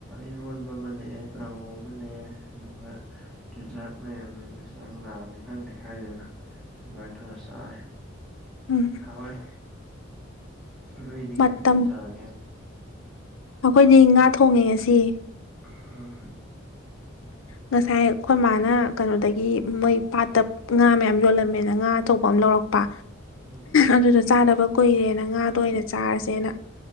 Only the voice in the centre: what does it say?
ꯏꯔꯣꯟꯕ ꯑꯃꯅꯦ ꯀꯥꯡꯉꯧ ꯑꯃꯅꯦ ꯑꯗꯨꯒ ꯆꯤꯟꯖꯥꯛꯅꯦꯅꯦ ꯁꯨꯪ ꯂꯥꯛꯑꯅꯤ ꯈꯪꯗꯦ ꯈꯥꯏꯗꯅ ꯑꯗꯨꯃꯥꯏꯅ ꯊꯧꯅ ꯆꯥꯔꯦ
ꯍꯣꯏ ꯅꯣꯏꯅꯤ
ꯀꯩ ꯃꯊꯦꯜ ꯆꯔꯒꯦ
ꯎꯝ
ꯎꯝ